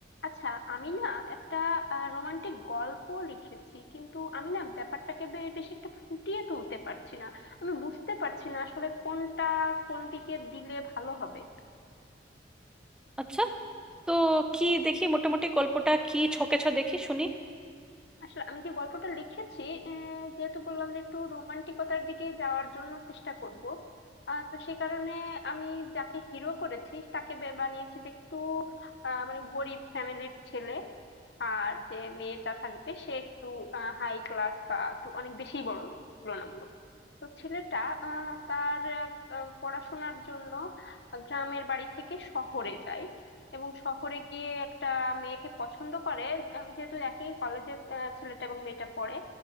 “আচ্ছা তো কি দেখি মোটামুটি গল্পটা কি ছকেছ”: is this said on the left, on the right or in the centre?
Centre